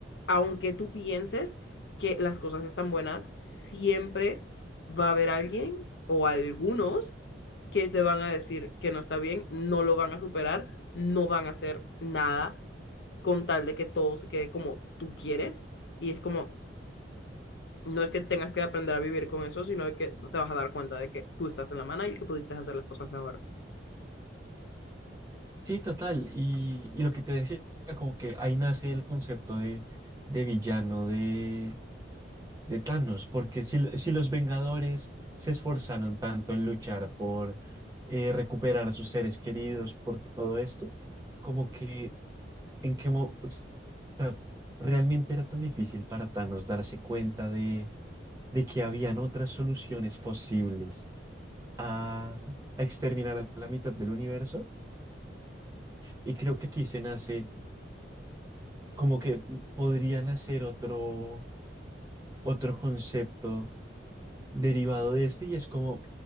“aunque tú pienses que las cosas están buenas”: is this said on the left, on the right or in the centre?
Left